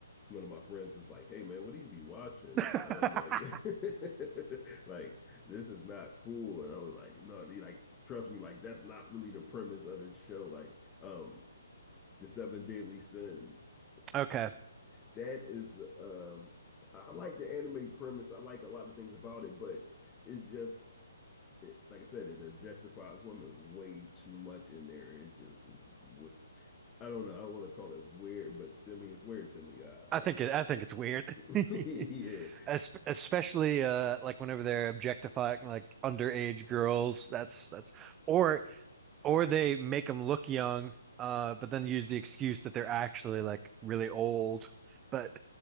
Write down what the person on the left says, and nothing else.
one of my friends was like, "Hey, man, what do you be watching?"
Uh, I'm like, <laughs> "Like this is not cool," and I was like, "No, he like trust me, like that's not really the premise of the show. Like, um, the seven deadly sins. <laughs>
That is, um, I like the anime premise. I like a lot of things about it, but." It's just it, like I said, it objectifies women way too much in there. It just would. I don't know. I want to call it weird, but I mean it's weird to me. Uh,
<laughs>
yeah,